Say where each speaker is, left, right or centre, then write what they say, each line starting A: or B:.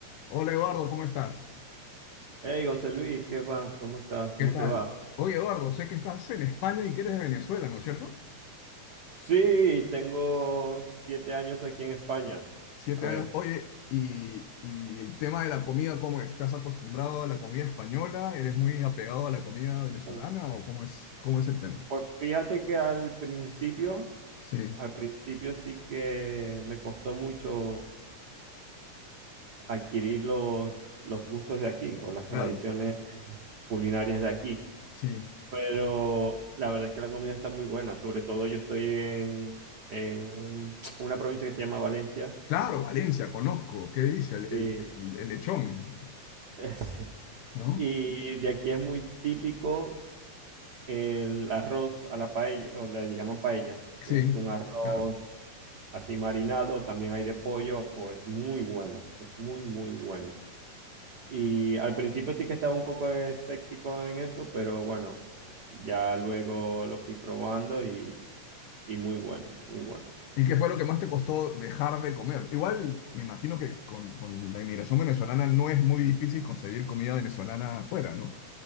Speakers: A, on the left (about 85°); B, on the right (about 75°).
A: Hola Eduardo, ¿cómo estás?
B: Hey, José Luis, ¿qué vas? ¿Cómo estás? ¿Cómo
A: ¿Qué tal?
B: te va?
A: Oye Eduardo, sé que estás en España y que eres de Venezuela, ¿no es cierto?
B: Sí, tengo siete años aquí en España.
A: Siete
B: A ver,
A: años. Oye, y, y el tema de la comida, ¿cómo es? ¿Estás acostumbrado a la comida española? ¿Eres muy apegado a la comida venezolana
B: Uh,
A: o cómo es, cómo es el tema?
B: pues fíjate que al principio,
A: Sí,
B: al principio sí que me costó mucho adquirir los, los gustos de aquí o las
A: claro,
B: tradiciones culinarias de aquí.
A: sí.
B: Pero la verdad es que la comida está muy buena. Sobre todo yo estoy en, en una provincia que se llama Valencia.
A: Claro, Valencia, conozco. ¿Qué dice? El,
B: Y,
A: el, el lechón,
B: <laughs> sí.
A: ¿no?
B: Y de aquí es muy típico el arroz a la paella, o le llaman paella,
A: Sí,
B: que es un arroz
A: claro.
B: así marinado, también hay de pollo, pues es muy bueno, es muy, muy bueno. Y al principio sí que estaba un poco escéptico en eso, pero bueno, ya luego lo fui probando y, y muy bueno, muy bueno.
A: ¿Y qué fue lo que más te costó dejar de comer? Igual me imagino que con, con la inmigración venezolana no es muy difícil conseguir comida venezolana afuera, ¿no?